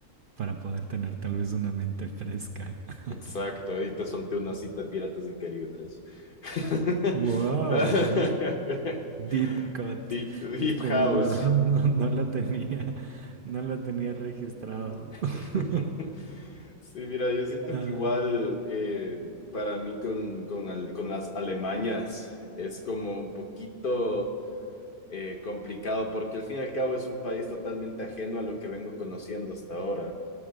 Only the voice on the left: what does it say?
Exacto, ahí te solté una cita de Piratas del Caribe tres <laughs>
Deep, Deep
House.
<laughs>
Sí, mira, yo siento
que igual eh, para mí con, con, al- con las Alemañas es como un poquito eh, complicado porque al fin y al cabo es un país totalmente ajeno a lo que vengo conociendo hasta ahora.